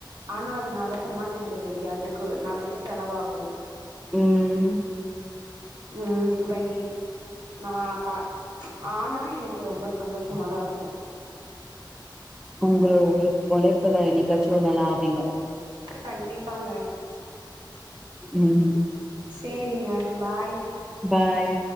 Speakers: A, on the right; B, in the centre.
A: ஆனா அது நடக்குமான்னு எனக்கு தெரியாது அதுக்கு நெறைய செலவாகு
B: ம்
A: ம் பை நா கா ஆனா எனக்கு ரொம்ப ச ந்தோஷமா தா இருக்கு
B: உங்களோட உழைப்புல என்னைக்காச்சு ஒரு நாள் ஆவீங்க
A: கண்டிப்பாங்க
B: ம்
A: சேரிங்க பாய்
B: பாய்